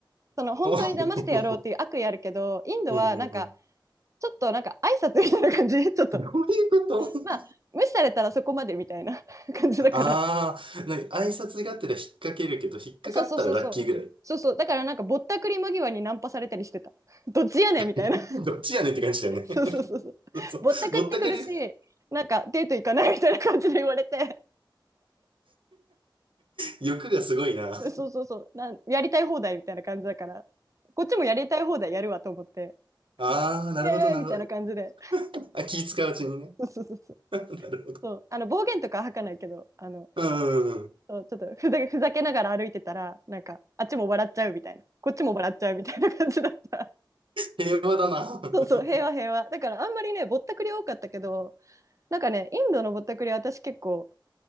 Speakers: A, on the right; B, on the right.
A: その本当に騙してやろうっていう悪意あるけどインドはなんか
B: お <laughs> うんうんうん。
A: ちょっとなんか挨拶みたいな感じ <laughs> ちょっと
B: どういうこと
A: まあ無視されたらそこまでみたいな <laughs> 感じだから
B: あ <laughs> あー、なんか挨拶がてら引っ掛けるけど、引っかかったらラッキーぐらい。
A: そうそうそうそうそうそうだからなんかぼったくり間際にナンパされたりしてたどっちやねんみたいな
B: <laughs> どっちやねんって感じだよね。
A: <laughs> そうそうそうそうぼったくってくるしなんかデート行かないみたいな感じで言われて
B: <laughs> そうそう。ぼったくり、欲がすごいな。
A: そうそうそうなんやりたい放題みたいな感じだからこっちもやりたい放題やるわと思って
B: ああ、なるほど、
A: イエーイみたいな感じで
B: なるほど。あ、気使ううちにね。
A: そうそうそうそう
B: <laughs> なるほど。
A: そうあの暴言とか吐かないけどあの
B: うんうんうん。
A: そうちょっとふざけ、ふざけながら歩いてたら、なんか、あっちも笑っちゃうみたいな、こっちも笑っちゃうみたいな感じだった。
B: 平和だな。
A: <laughs> そうそう、平和平和。だからあんまりね、ぼったくり多かったけど、なんかね、インドのぼったくりは私結構好